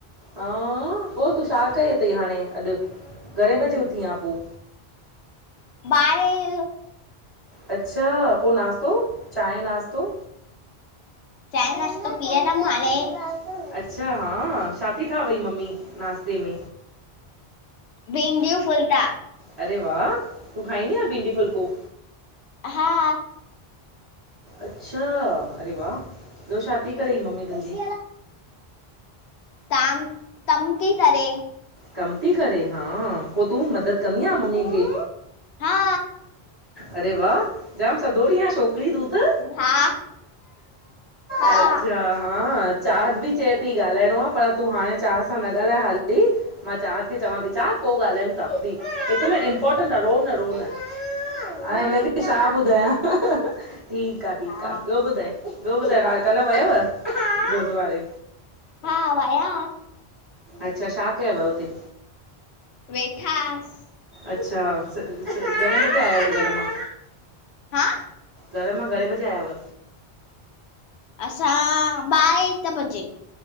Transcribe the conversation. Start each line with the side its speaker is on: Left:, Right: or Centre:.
Right: हां पो तूं छा कयो तई हाणे अॼ घणे बजे उथी आं पो?
Left: ॿारहें
Right: अच्छा पो नास्तो चाय नास्तो?
Left: चांहि
Right: <unintelligible>
Left: नाश्तो पीअंदमि हाणे,
Right: अच्छा हा छा थी ठावई मम्मी नाश्ते में?
Left: भिडियूं फुलता।
Right: अरे वाह! तूं खाईंदी आ भिंडी फुलको?
Left: हा
Right: अच्छा अरे वाह! ॿियो छा थी करई मम्मी तुंहिंजी?
Left: ताम तम ती करे।
Right: कम थी करे हां पो तूं मदद कंदी आं मम्मी खे?
Left: हा
Right: अरे वाह! जाम सदोरी आं छोकरी तू त।
Left: हा हा
Right: अच्छा हा चाहत बि चए थी ॻाल्हाइणो आहे पर तूं हाणे चाहत सां न ॻाल्हाए हाली। मां चाहत खे चवां थी चाहत पो ॻाल्हायूं ता हिक मिन्ट इम्पोर्टेंट आ रो न रो न। ह हिनखे छा ॿुधायां ठीक आ ठीक
Left: हा
Right: आहे ॿियो ॿुधाए ॿियो ॿुधाए रा कल्ह वयव गुरुद्वारे?
Left: हा वया वा।
Right: अच्छा छा कयव हुते?
Left: वेठा अस्
Right: अच्छा, स स, घणे बजे आया आहियो घर मां?
Left: हां।
Right: घर मां घणे बजे आयव?
Left: असां, ॿारहें हिकु बजे।